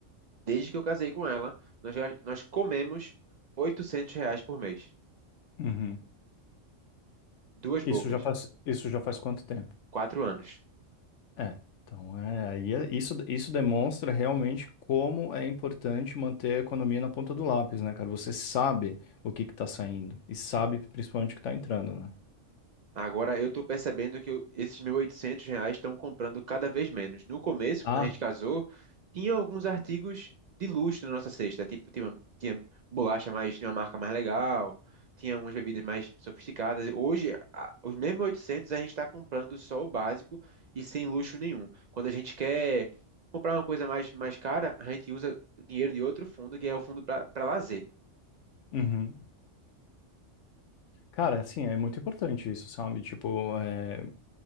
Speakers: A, on the right; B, on the left.
A: desde que eu casei com ela, nós, ga- nós comemos 800 reais por mês.
B: Uhum.
A: Duas bocas.
B: Isso já faz, isso já faz quanto tempo?
A: Quatro anos.
B: É, então é, aí é- isso, isso demonstra realmente como é importante manter a economia na ponta do lápis, né, cara? Você sabe o que que tá saindo e sabe principalmente o que tá entrando, né?
A: Agora eu estou percebendo que eu- esses 1.800 reais estão comprando cada vez menos. No começo,
B: Ah,
A: quando a gente casou, tinha alguns artigos de luxo na nossa cesta. Tipo, tinha, tinha bolacha mais, tinha uma marca mais legal, tinha umas bebidas mais sofisticadas. Hoje, a- os mesmos 1.800 a gente está comprando só o básico e sem luxo nenhum. Quando a gente quer comprar uma coisa mais, mais cara, a gente usa dinheiro de outro fundo, que é o fundo para lazer.
B: uhum. Cara, assim, é muito importante isso, sabe? Tipo, é,